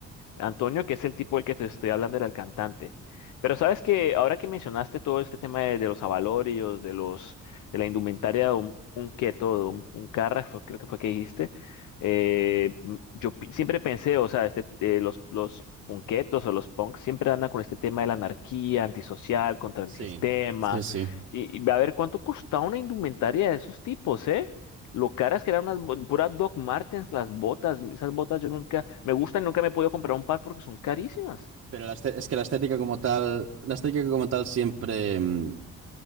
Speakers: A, on the left; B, on the right.
A: Antonio, que es el tipo del que te estoy hablando, era el cantante. Pero sabes que ahora que mencionaste todo este tema de, de los abalorios, de los, de la indumentaria de un, un keto, de un, un carra, fue- creo que fue que dijiste, eh, m- yo pi- siempre pensé, o sea, este, eh, los, los punketos o los punks siempre andan con este tema de la anarquía, antisocial, contra
B: Sí,
A: el sistema.
B: sí, sí.
A: Y, y a ver cuánto costaba una indumentaria de esos tipos, ¿eh? Lo caras que eran unas bo- puras Doc Martens, las botas, esas botas yo nunca me gustan, y nunca me he podido comprar un par porque son carísimas.
B: Pero la este- es que la estética como tal, la estética como tal siempre... mm,